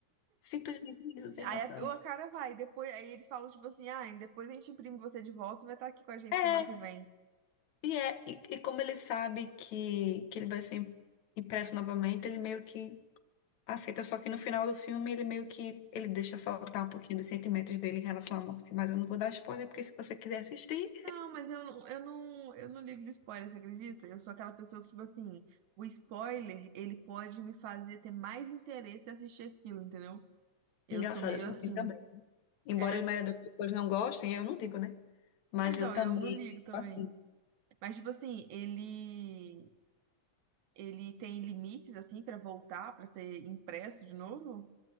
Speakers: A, on the left (about 70°); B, on the right (about 75°).
A: Simplesmente isso, sem
B: Aí
A: noção.
B: a, a cara vai, depois aí eles falam tipo assim, ah, depois a gente imprime você de volta, você vai estar aqui com a gente
A: É,
B: semana que vem.
A: E, é, e, e como ele sabe que, que ele vai ser im- impresso novamente, ele meio que aceita, só que no final do filme ele meio que ele deixa soltar um pouquinho dos sentimentos dele em relação à morte. Mas eu não vou dar spoiler, porque se você quiser assistir,
B: Não, mas eu, não- eu não, eu não ligo de spoiler, você acredita? Eu sou aquela pessoa que, tipo assim, o spoiler, ele pode me fazer ter mais interesse em assistir aquilo, entendeu? Eu
A: engraçado,
B: sou meio
A: eu sou
B: assim.
A: assim também. Embora
B: É,
A: as maioria das pessoas não gostem, eu não digo, né? Mas
B: É, então,
A: eu também
B: eu não ligo também.
A: sou assim.
B: Mas, tipo assim, ele, ele tem limites, assim, pra voltar, pra ser impresso de novo?